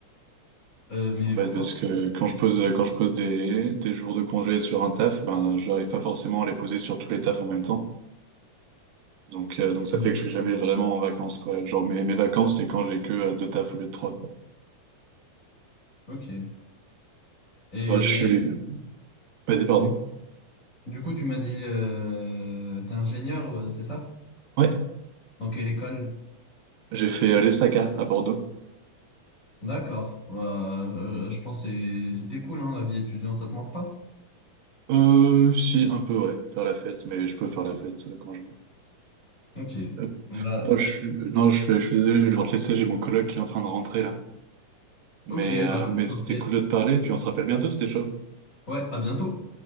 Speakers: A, on the left (about 25°); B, on the right (about 80°).
A: Euh, mais
B: En fait
A: pourquoi?
B: parce que quand je pose quand je pose des des jours de congé sur un taf, ben j'arrive pas forcément à les poser sur tous les tafs en même temps. Donc euh, donc ça
A: Mhm.
B: fait que je suis jamais vraiment en vacances quoi. Genre mes mes vacances c'est quand j'ai que euh, deux tafs au lieu de trois quoi.
A: Ok. Et
B: Bah, je suis, vas-y pardon.
A: du, du coup, tu m'as dit, euh, t'es ingénieur, ouais, c'est ça?
B: Ouais.
A: Dans quelle école?
B: J'ai fait euh, l'Estaca à Bordeaux.
A: D'accord. Bah, euh, je pense que c'est- c'était cool, hein, la vie étudiante, ça te manque pas?
B: Euh, si, un peu, ouais, faire la fête, mais je peux faire la fête euh, quand je veux.
A: Ok.
B: Euh,
A: Bah,
B: bon, je suis... Non, je suis, je suis désolé, je vais devoir te laisser, j'ai mon coloc qui est en train de rentrer là. Mais,
A: ok,
B: euh,
A: bah,
B: mais
A: parfait.
B: c'était cool de te parler, puis on se rappelle bientôt, c'était chaud.
A: Ouais, à bientôt.